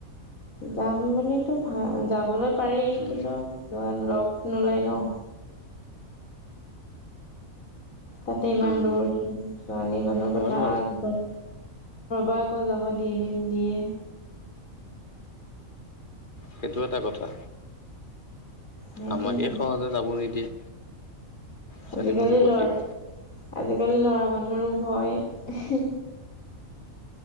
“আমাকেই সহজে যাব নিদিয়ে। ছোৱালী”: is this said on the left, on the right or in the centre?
Left